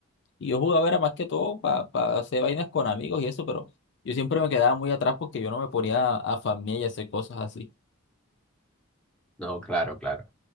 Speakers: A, on the left; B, in the centre.
A: Y yo jugaba era más que todo para hacer vainas con amigos y eso, pero yo siempre me quedaba muy atrás porque yo no me ponía a, a farmear y a hacer cosas así.
B: No, claro, claro.